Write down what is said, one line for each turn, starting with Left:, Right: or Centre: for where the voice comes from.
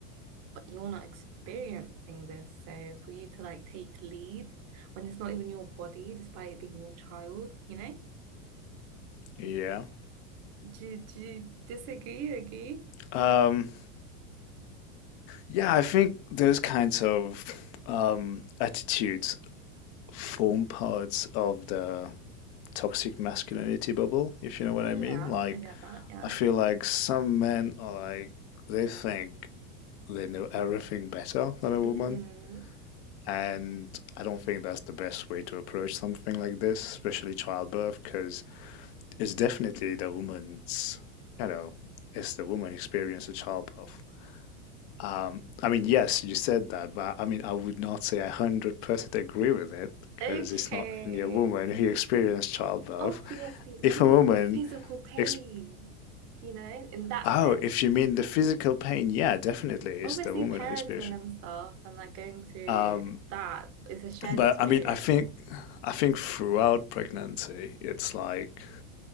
Right: but you're not experiencing this. So for you to like take lead when it's not even your body, despite it being your child, you know?
Left: Yeah.
Right: Do, you- do you disagree? Agree?
Left: Um, yeah, I think those kinds of um, attitudes form parts of the toxic masculinity bubble, if you know what
Right: Yeah,
Left: I mean. Like,
Right: I get that. Yeah.
Left: I feel like some men are like, they think they know everything better than a woman.
Right: Mm-hmm.
Left: And I don't think that's the best way to approach something like this, especially childbirth, because it's definitely the woman's, you know, it's the woman experience of childbirth. Um, I mean, yes, you said that, but I mean, I would not say I 100% agree with it because
Right: Okay.
Left: it's not only a woman who experienced childbirth.
Right: Obviously,
Left: If
Right: she's
Left: a
Right: going
Left: woman,
Right: through the physical pain,
Left: ex
Right: you know, in that
Left: oh,
Right: sense.
Left: if you mean the physical pain, yeah, definitely it's
Right: Obviously,
Left: the woman
Right: parenting
Left: who experienced.
Right: and stuff and like going through
Left: Um,
Right: that is a shared
Left: but
Right: experience.
Left: I mean, I think, I think throughout pregnancy, it's like